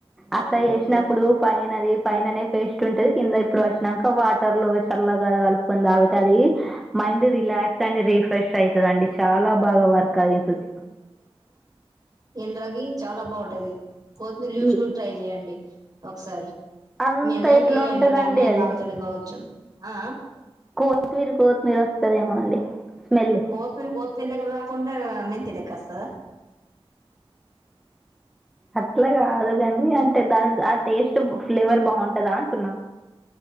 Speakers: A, in the centre; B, on the right.
A: అట్లా
B: ఓకే
A: చేసినప్పుడు
B: ఓకే
A: పైన అది పైననే పే ఇ ఉంటది కింద ఇప్పుడు వచ్చినాక వాటర్ లో చల్ల కలుపుకొని తగుతది మైండ్ రిలాక్స్ అడ్ రిఫ్రెష్ అవుతదండి చాలా బాగా వర్క్ అయితుంది
B: ఇంద్రాకి చాలా బాగుంటది కొత్తిమీర జ్యూస్
A: ల్-
B: కూడా ట్రై చేయండి ఒకసారి
A: అంత
B: మీ అన్నయ్యకి
A: ఎట్లా
B: ఇవ్యండి
A: ఉంటుందండి
B: మీ అన్నయ్య
A: అది
B: తాగుతాడు కావచ్చు ఆ
A: కోతి మీరు కోత్ మీరు వస్తుదేమో అండి స్మెల్
B: కొత్తిమీరు కొత్తిమీలెక్క కాకుండా మెంతి లెక్క వస్తాద
A: అట్లా కాదు కాని అంటే దాని ఆ టేస్ట్ ఫ్లేవర్ బాగుంటదా అంటున్నా